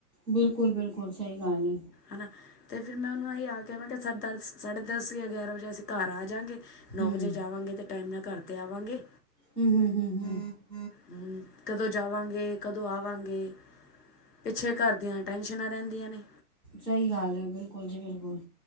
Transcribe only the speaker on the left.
ਹਨਾ ਤੇ ਫੇਿਰ ਮੈਂ ਉਹਨੂੰ ਅਸੀ ਆ ਕੇ ਮ ਕਿਹਾ ਸਾੇ ਦਸ ਸਾਢੇ ਦਸ ਗਿਆਰਾਂ ਵਜੇ ਅਸੀਂ ਘਰ ਆ ਜਾਾਂਗੇ ਨੌ
ਵਜੇ ਜਾਵਾਂਗੇ ਤੇ ਟਾਈਮ ਨਾਲ ਘਰ ਤੇ ਆਵਾਂਗੇ
ਹਮ ਕਦੋਂ ਜਾਵਾਂਗੇ ਕਦੋਂ ਆਵਾਂਗੇ ਪਿੱਛੇ ਘਰ ਦੀਆਂ ਟੈ ਸ਼ਨਾ ਰਹਿੰਦੀਆਂ ਨੇ